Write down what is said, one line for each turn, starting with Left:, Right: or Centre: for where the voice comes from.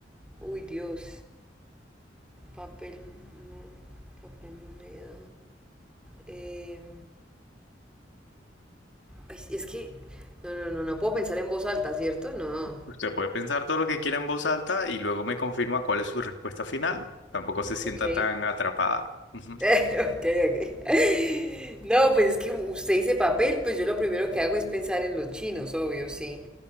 Centre: Uy, Dios, papel, mm, papel, moneda. Eh, ay, es que, no, no, no, no puedo pensar en voz alta, ¿cierto? No.
Left: Usted puede pensar todo lo que quiera en voz alta y luego me confirma cuál es su respuesta final. Tampoco se sienta
Centre: Ok.
Left: tan atrapada. Ujú.
Centre: <laughs> Ok, ok. No, pues es que usted dice papel, pues yo lo primero que hago es pensar en los chinos, obvio, sí.